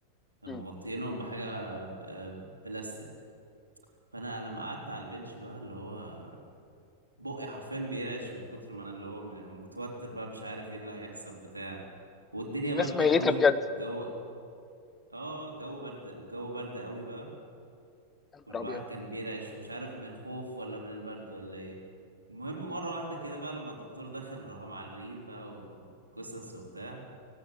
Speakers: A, on the right; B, on the left.
A: مغطيينهم
B: مم.
A: بحاجة آه، بلاستيك فانا لما
B: مم.
A: قعدت على البنش بقى اللي هو بقي حرفيا بيرعش من كتر ما انا اللي هو م- متوتر بقى مش عارف ايه اللي هيحصل بتاع والدنيا
B: دي ناس
A: باردة
B: ميته
A: قوي
B: بجد
A: الجو اه الجو برد والجو برد قوي بقى
B: يا نهار
A: والواحد
B: ابيض
A: كان بيرعش مش عارف من الخوف ولا من البرد ولا ايه المهم مرة
B: مم.
A: واحدة كده بقى لما الدكتور دخل راحوا معرقين بقى وقصص وبتاع